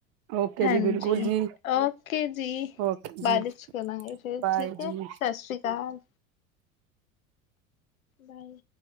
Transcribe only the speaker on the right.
ਓਕੇ
ਜੀ ਬਿਲਕੁਲ ਜੀ
ਓਕੇ ਜੀ
ਬਾਏ
ਜੀ